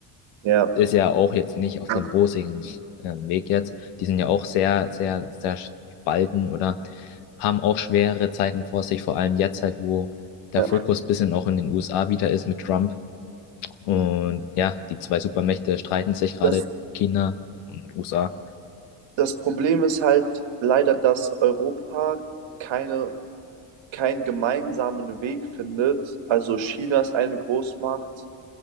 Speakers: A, on the right; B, on the left.
A: ja,
B: Ist ja auch jetzt nicht auf
A: ja.
B: dem rosigen ähm, Weg jetzt. Die sind ja auch sehr, sehr, sehr spalten oder haben auch schwere Zeiten vor sich, vor allem jetzt halt, wo der
A: ja.
B: Fokus ein bisschen auch in den USA wieder ist mit Trump. Und ja, die zwei Supermächte streiten sich gerade,
A: Das,
B: China und USA.
A: das Problem ist halt leider, dass Europa keine keinen gemeinsamen Weg findet. Also China ist eine Großmacht,